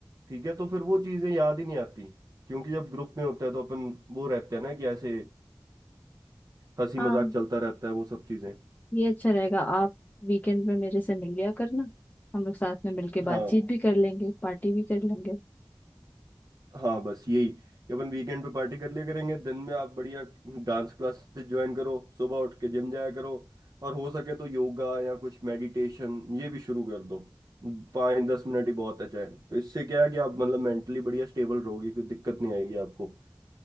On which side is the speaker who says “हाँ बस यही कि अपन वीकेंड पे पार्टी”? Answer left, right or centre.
Right